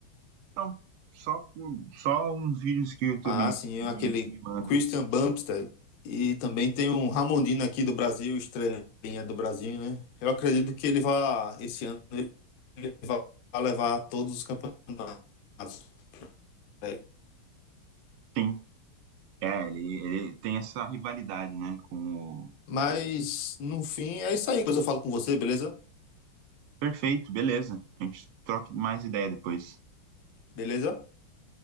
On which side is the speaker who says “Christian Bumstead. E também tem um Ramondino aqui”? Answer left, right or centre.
Left